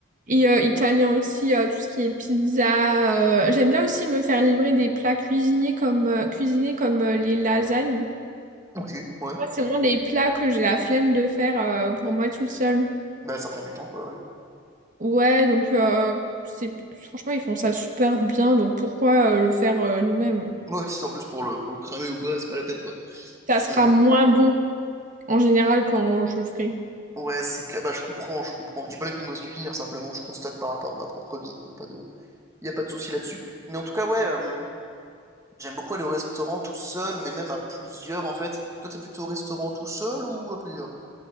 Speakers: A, on the right; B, on the right.
A: et euh, italien aussi, euh, tout ce qui est pizza. euh. J'aime bien aussi me faire livrer des plats cuisinés comme, euh, cuisinés comme euh, les lasagnes.
B: ok, ouais.
A: Moi, C'est vraiment des plats que j'ai la flemme de faire euh, pour moi toute seule.
B: Bah ça prend du temps, quoi, ouais.
A: Ouais, donc euh, c'est franchement ils font ça super bien, donc pourquoi euh, le faire euh, nous-mêmes?
B: Ouais, si en plus pour le, pour le cramer ou quoi, c'est pas la peine, quoi.
A: Ça
B: C'est...
A: sera moins bon en général quand je le ferai.
B: Ouais, c'est que bah, je comprends, je comprends. Je dis pas que nous me suivre, simplement je constate par rapport à ma propre vie, il n'y a pas de, il y a pas de souci là-dessus. Mais en tout cas, ouais, euh, J'aime beaucoup aller au restaurant tout seul, mais même à plusieurs en fait. Toi, t'es plutôt au restaurant tout seul ou à plusieurs?